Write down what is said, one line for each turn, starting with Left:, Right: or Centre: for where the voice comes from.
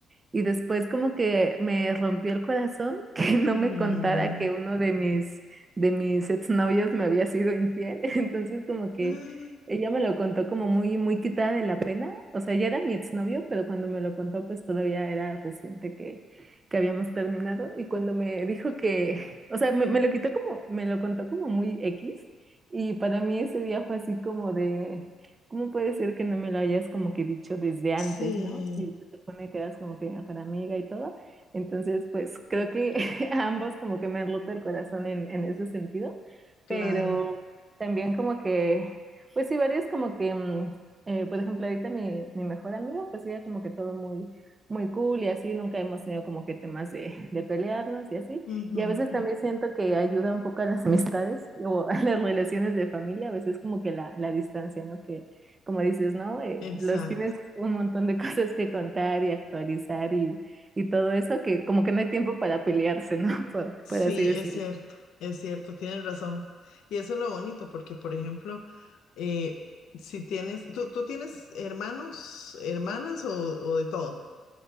Right: y después como que me rompió el corazón <laughs> que no
Left: Mm.
Right: me contara que uno
Left: <gasps>
Right: de mis, de mis exnovios me había sido infiel, <laughs> entonces como que
Left: Ah,
Right: ella me lo contó como muy, muy quitada de la pena. O sea, ya era mi exnovio, pero cuando me lo contó, pues todavía era reciente que, que habíamos terminado. Y cuando me dijo que, <laughs> o sea, me, me lo quitó como, me lo contó como muy X. Y para mí ese día fue así como de, ¿cómo puede ser que no me lo hayas como que dicho desde antes,
Left: Sí,
Right: ¿no? Si se supone que eras como que mi mejor amiga y todo. Entonces, pues creo que <laughs> a ambos como que me han roto el corazón en, en ese sentido.
Left: claro.
Right: Pero también como que pues sí, varios como que, mm, eh, por ejemplo, ahorita mi, mi mejor amiga, pues ella como que todo muy, muy cool y así, nunca hemos tenido como que temas de, <laughs> de pelearnos y así.
Left: Ujú,
Right: Y a veces
Left: ujú.
Right: también siento que ayuda un poco a las <laughs> amistades o a las relaciones de familia, a veces como que la, la distancia, ¿no? Que como dices, ¿no? Eh,
Left: Exacto.
Right: los tienes un montón de <laughs> cosas que contar y actualizar y, y todo eso, que como que no hay tiempo para pelearse, ¿no? <laughs> Por,
Left: Sí,
Right: por así decirlo.
Left: es cierto, es cierto, tienes razón. Y eso es lo bonito, porque, por ejemplo, eh, si tienes, ¿tú, tú tienes hermanos, hermanas o, o de todo?